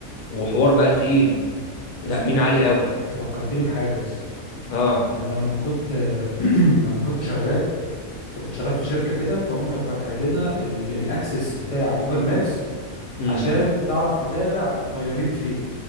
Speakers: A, on the left; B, on the left.
A: وحوار بقى تقيل
B: يا
A: تأمين
B: اسطى انت
A: عالي
B: فكر...
A: قوي
B: انت فكرتني بحاجه يا اسطى
A: اه
B: لان لما كنت <clears throat> لما كنت شغال فكنت شغال في شركه كده فهم كانوا فاتحين لنا ال... الاكسس بتاع جوجل مابس
A: امم
B: عشان تعرف تتابع الطيارين فين